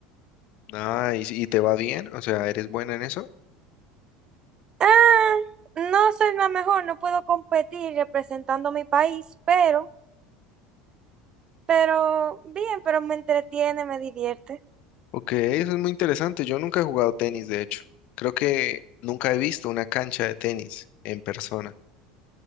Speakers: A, on the left; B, on the right.
A: Ah, ¿y, y te va bien? O sea, ¿eres buena en eso?
B: Ah, no soy la mejor, no puedo competir representando mi país, pero, pero bien, pero me entretiene, me divierte,
A: Ok, eso es muy interesante. Yo nunca he jugado tenis, de hecho. Creo que nunca he visto una cancha de tenis en persona.